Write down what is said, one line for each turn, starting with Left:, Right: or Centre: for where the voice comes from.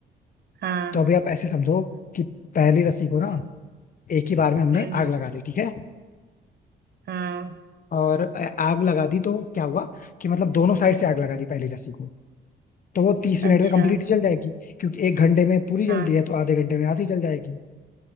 Right: हाँ
Left: तो अभी आप ऐसे समझो कि पहली रस्सी को ना
Right: हम्म,
Left: एक ही बार में हमने
Right: हम्म,
Left: आग लगा दी ठीक है
Right: हाँ
Left: और आ- आग लगा दी तो क्या हुआ कि मतलब दोनों साइड से आग लगा दी पहली लस्सी को तो वो तीस मिनट
Right: अच्छा
Left: में कंप्लीट जल जाएगी क्योंकि एक घंटे में पूरी
Right: हाँ
Left: जलती है तो आधे घंटे में आधी जल जाएगी